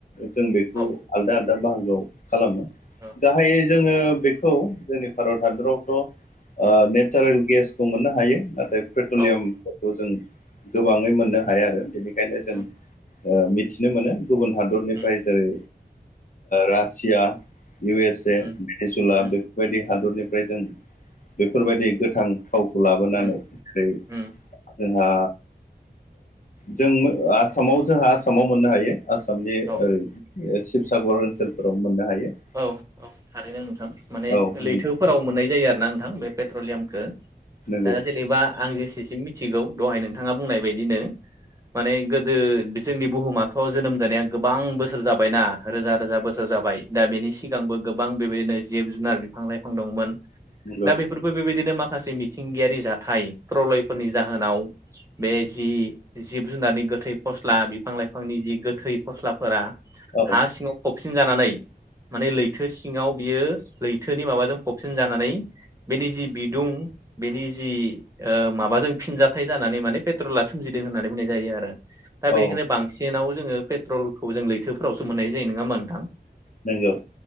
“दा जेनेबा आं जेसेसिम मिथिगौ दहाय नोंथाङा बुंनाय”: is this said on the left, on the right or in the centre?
Right